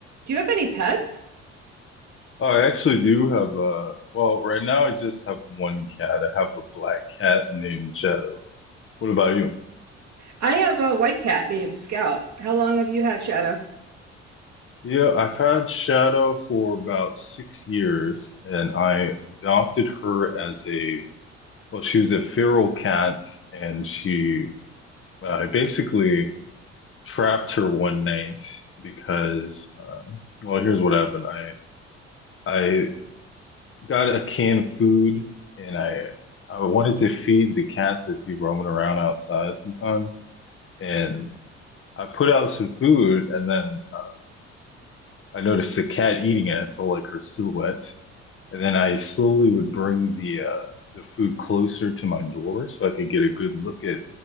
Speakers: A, on the right; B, on the left.
A: Do you have any pets?
B: I actually do have uh well, right now I just have one cat. I have a black cat named Shadow. What about you?
A: I have a white cat named Scout. How long have you had Shadow?
B: Yeah, I've had Shadow for about six years, and I adopted her as a, well, she was a feral cat, and she, I basically trapped her one night because, um, well, here's what happened. I, I got a can of food and I I wanted to feed the cats I see roaming around outside sometimes. And I put out some food and then um, I noticed the cat eating it, I saw like her silhouette. And then I slowly would bring the uh, the food closer to my door so I could get a good look at